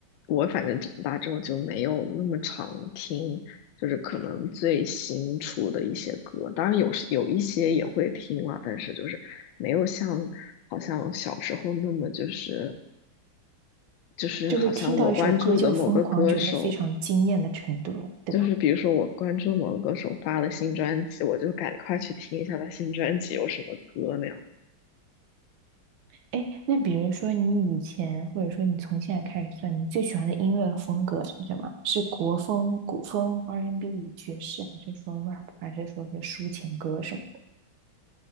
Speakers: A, on the left; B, on the right.
A: 我反正长大之后就没有那么常听，就是可能最新出的一些歌，当然有时有一些也会听了，但是就是没有像好像小时候那么就是就是好像我关注的某个歌手。
B: 就是听到一首歌就疯狂，觉得非常惊艳的程度了，对吧？
A: 就是比如说，我关注某个歌手发了新专辑，我就赶快去听一下他新专辑有什么歌那样。
B: 哎，那比如说你以前，或者说你从现在开始算，你最喜欢的音乐风格是什么？是国风、古风、R&B、爵士，还是说 rap，还是说是抒情歌什么